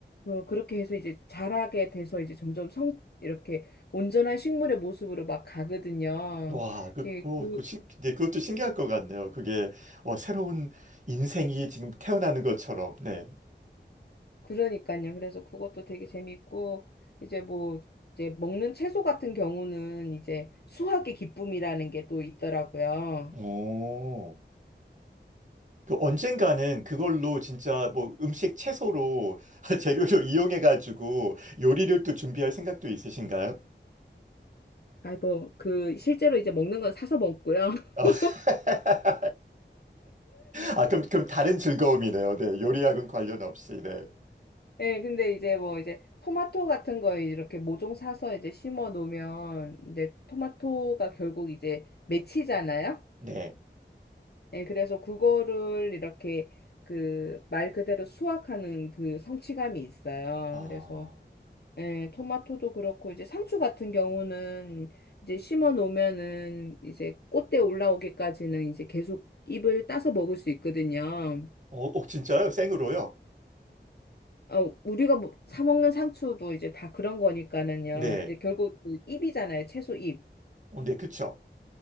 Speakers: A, on the left (about 60°); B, on the right (about 40°).
A: 어, 그렇게 해서 이제 자라게 돼서 이제 점점 성, 이렇게 온전한 식물의 모습으로 막 가거든요.
B: 와, 그,
A: 예,
B: 그거,
A: 그,
B: 그, 신, 네, 그것도 신기할 것 같네요. 그게, 어, 새로운 인생이 지금 태어나는 것처럼, 네.
A: 그러니까요. 그래서 그것도 되게 재밌고 이제 뭐 이제 먹는 채소 같은 경우는 이제 수확의 기쁨이라는 게 또 있더라고요.
B: 오. 그 언젠가는 그걸로 진짜 뭐 음식 채소로 <laughs> 재료로 이용해가지고 요리를 또 준비할 생각도 있으신가요?
A: 아이 뭐 그 실제로 이제 먹는 건 사서 먹고요.
B: 아,
A: <laughs>
B: <laughs> 아, 그럼, 그럼 다른 즐거움이네요. 네. 요리학은 관련 없이. 네.
A: 예, 근데 이제 뭐 이제 토마토 같은 거 이렇게 모종 사서 이제 심어 놓으면 이제 토마토가 결국 이제 맺히잖아요.
B: 네.
A: 예, 그래서 그거를 이렇게 그 말 그대로 수확하는 그 성취감이 있어요.
B: 아,
A: 그래서 예, 토마토도 그렇고 이제 상추 같은 경우는 이제 심어 놓으면은 이제 꽃대 올라오기까지는 이제 계속 잎을 따서 먹을 수 있거든요.
B: 어, 어, 진짜요? 생으로요?
A: 어, 우리가 뭐, 사 먹는 상추도 이제 다 그런 거니까는요.
B: 네.
A: 이제 결국 그 잎이잖아요. 채소 잎.
B: 어, 네, 그쵸.